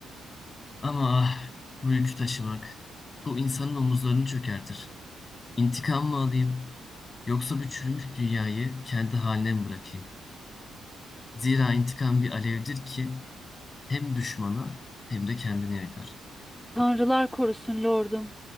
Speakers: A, on the left; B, in the centre.
A: Ama ah, bu yükü taşımak. Bu insanın omuzlarını çökertir. İntikam mı alayım? Yoksa bu çürümüş dünyayı kendi haline mi bırakayım? Zira intikam bir alevdir ki hem düşmana hem de kendini yakar.
B: Tanrılar korusun lordum.